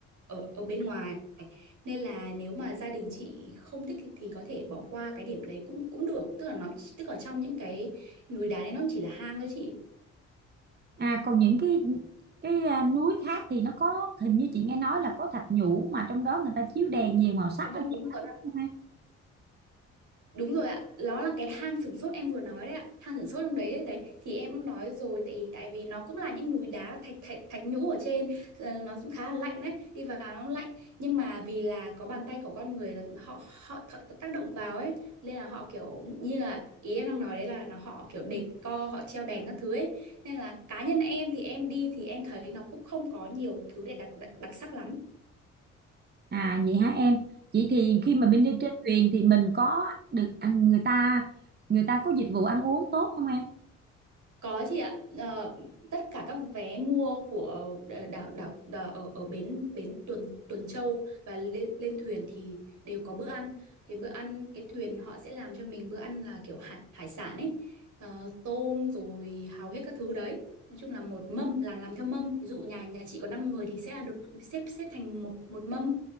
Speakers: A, on the right (about 55°); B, on the right (about 30°).
A: ở ở bên ngoài nên là nếu mà gia đình chị không thích thì có thể bỏ qua cái điểm đấy cũng cũng được tức là nó tức ở trong những cái núi đá đấy nó chỉ là hang thôi chị
B: à còn những cái cái à, núi khác thì nó có hình như chị nghe nói là có thạch nhũ mà trong đó người ta chiếu đèn nhiều màu sắc
A: Dạ
B: nó đẹp
A: Vâng đúng rồi
B: lắm
A: Đúng rồi ạ, nó là cái hang sửng sốt em vừa nói đấy ạ, hang sửng sốt trong đấy đấy, đấy. Thì em cũng nói rồi tại tại vì nó cũng là những núi đá thạch thạch thạch nhũ ở trên, ờ, nó cũng khá là lạnh đấy, đi vào nó lạnh, nhưng mà vì là có bàn tay của con người là họ họ th- tác động vào ấy, nên là họ kiểu như là ý em đang nói đấy là nó họ kiểu đề co, họ treo đèn các thứ ấy. Nên là cá nhân em thì em đi thì em thấy nó cũng không có nhiều thứ để đặc đặc, đặc sắc lắm.
B: À vậy hả em? Vậy thì khi mà mình đi trên thuyền thì mình có được à, người ta người ta có dịch vụ ăn uống tốt không em?
A: Có chị ạ, Ờ, tất cả các vé mua của đảo đảo, đảo, đảo ở, ở bến bến Tuần Tuần Châu và lên, lên thuyền thì đều có bữa ăn. Thì bữa ăn cái thuyền họ sẽ làm cho mình bữa ăn là kiểu hải, hải sản ấy, Ờ, tôm rồi hầu hết các thứ đấy. Nói chung là một mâm là làm theo mâm. Ví dụ nhà nhà chị có 5 người thì sẽ là được xếp xếp thành một một mâm,